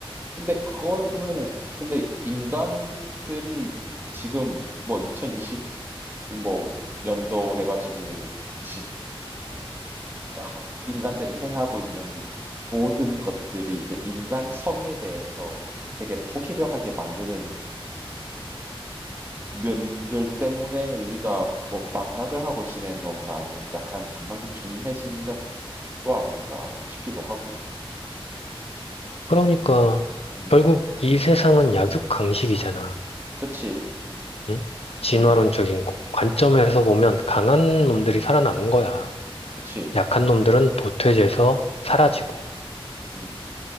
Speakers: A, on the right; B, on the left.
A: 근데 그거를 보면은 근데 인간들이 지금 뭐 2020 뭐 연도 해가지고 지- 하- 인간들이 행하고 있는 모든 것들이 그 인간성에 대해서 되게 포기를 하게 만드는 면들 때문에 우리가 뭐 망각을 하고 지내는 건가 아니면 약간 감각이 둔해진 것도 아닐까 싶기도 하고.
B: 그러니까
A: 음,
B: 결국 이 세상은 약육강식이잖아.
A: 그치.
B: 응? 진화론적인
A: 음,
B: 관점에서 보면 강한
A: 음,
B: 놈들이 살아남은 거야.
A: 그치.
B: 약한 놈들은 도태돼서 사라지고.
A: 음, 음.